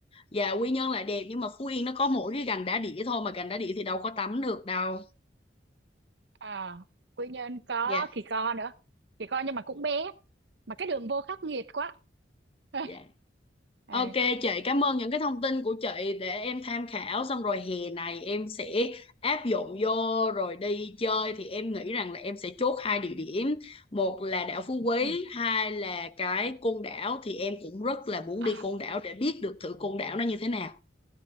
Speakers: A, on the left (about 30°); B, on the right (about 70°).
A: và Quy Nhơn lại đẹp nhưng mà Phú Yên nó có mỗi cái gành đá đĩa thôi mà gành đá đĩa thì đâu có tắm được đâu.
B: à Quy Nhơn có
A: Dạ.
B: Kỳ Co nữa Kỳ Co nhưng mà cũng bé mà cái đường vô khắc nghiệt quá <laughs>
A: dạ.
B: Ờ,
A: Ok chị, cảm ơn những cái thông tin của chị để em tham khảo xong rồi hè này em sẽ áp dụng vô rồi đi chơi thì em nghĩ rằng là em sẽ chốt hai địa điểm, một là đảo Phú Quý,
B: ừ.
A: hai là cái Côn Đảo thì em cũng rất là muốn
B: à,
A: đi Côn Đảo để biết được thử Côn Đảo nó như thế nào.